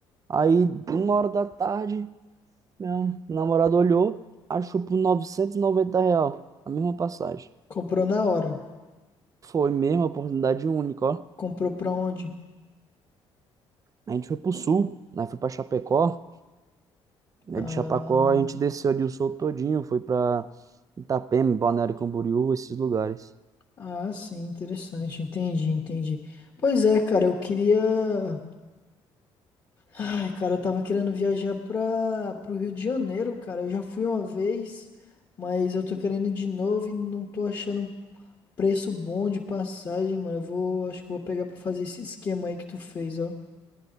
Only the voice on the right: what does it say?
aí uma hora da tarde. Meu namorado olhou, achou por 990 real a mesma passagem.
Foi mesmo, oportunidade única, ó.
A gente foi pro sul, né? Foi pra Chapecó. né,
De Chapecó a gente desceu ali o sul todinho, foi pra Itapema, Balneário Camboriú, esses lugares.